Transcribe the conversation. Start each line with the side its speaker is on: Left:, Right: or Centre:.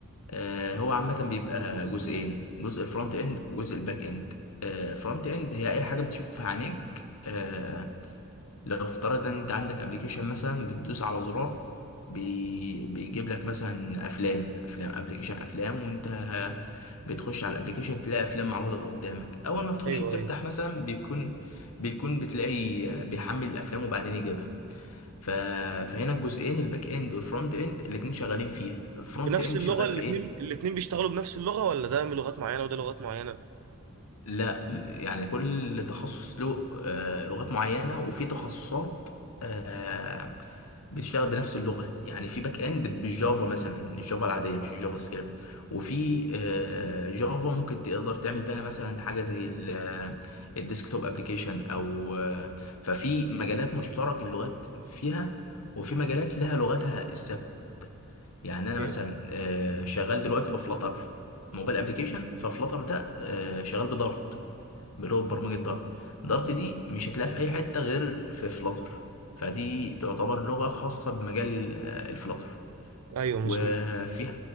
Left: آه، هو عامة بيبقى جزئين جزء الفرونت اند وجزء الباك اند آه، الفرونت اند هي اي حاجة بتشوفها عينيك آه، لو افترضنا ان انت عندك ابلكيشن مثلا بتدوس على زرار بي... بيجيب لك مثلا افلام افلام ابلكيشن افلام وانت بتخش على الابلكيشن تلاقي افلام معروضه قدامك اول ما بتخش
Right: ايوه
Left: بتفتح
Right: ايوه
Left: مثلا بيكون بيكون بتلاقي بيحمل الافلام وبعدين يجيبها ف... فهنا الجزئين الباك اند والفرونت اند الاتنين شغالين فيها الفرونت
Right: بنفس
Left: اند
Right: اللغه
Left: شغال
Right: الاثنين
Left: في ايه
Right: الاثنين بيشتغلوا بنفس اللغه ولا ده من لغات معينه وده لغات معينه
Left: لا يعني كل تخصص له آه، لغات معينة وفي تخصصات آه، بتشتغل بنفس اللغة يعني في باك اند بالجافا مثلا الجافا العادية مش الجافا سكريبت وفي آه، جافا ممكن تقدر تعمل بها مثلا حاجة زي ال- آه، الديسكتوب ابلكيشن او آه، ففي مجالات مشترك اللغات فيها وفي مجالات لها لغتها الثابتة يعني انا
Right: ايوه
Left: مثلا
Right: ايوه
Left: آه، شغال دلوقتي بفلتر موبايل ابلكيشن ففلتر ده آه، شغال بدارت اللي هو برمجة دارت دارت دي مش هتلاقيها في أي حتة غير في فلاتر فدي تعتبر لغة خاصة بمجال آه، الفلاتر
Right: ايوه مظبوط
Left: وفيها